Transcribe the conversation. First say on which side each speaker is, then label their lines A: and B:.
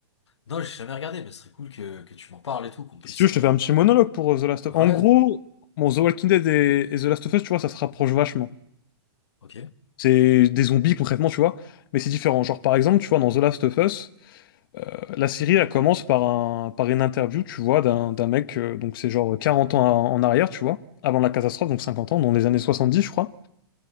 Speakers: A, on the left; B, on the left.
A: Non, j'ai jamais regardé, mais ce serait cool que, que tu m'en parles et tout, qu'on puisse.
B: Si tu veux, je
A: euh,
B: te fais un petit monologue pour euh, The Last of
A: ah
B: Us. En
A: Ouais,
B: gros, bon, The Walking Dead et, et The Last of Us, tu vois, ça se rapproche vachement.
A: ok,
B: C'est des zombies, concrètement, tu vois. Mais c'est différent. Genre, par exemple, tu vois, dans The Last of Us. Euh, La série, elle commence par un, par une interview, tu vois, d'un d'un mec, euh, donc c'est genre 40 ans en en arrière, tu vois, avant la catastrophe, donc 50 ans, dans les années 70, je crois.